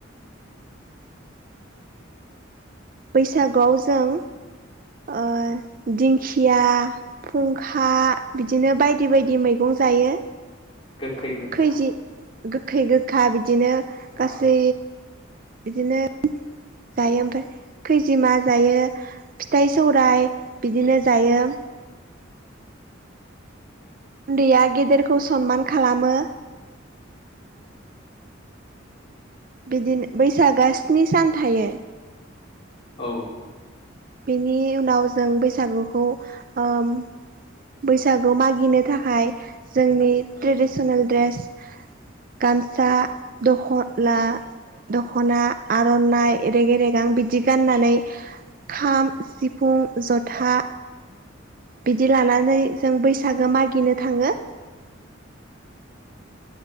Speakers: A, on the right; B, on the left.
A: बैसागुआव जों ओह दिंखिया, फुंखा बिदिनो बायदि बायदि मैगं जायो।
B: गोखै गोखा।
A: खैजि गोखै गोखा बिदिनो गासै
B: अ
A: बिदिनो जायो। ओमफाय खैजिमा जायो, फिथाइ सौराइ बिदिनो जायो। उन्दैया गेदेरखौ सनमान खालामो बिदिनो बैसागोआ स्नि सान थायो।
B: औ।
A: बेनि उनाव जों बैसागुखौ ओम बैसागु मागिनो थाखाय जोंनि ट्रेडिसनेल ड्रेस गामसा दखला दख'ना आ र'नाइ, रेगे रेगां बिदि गाननानै खाम, सिफुं, जथा, बिदि लानानै जों बैसागो मागिनो थाङो।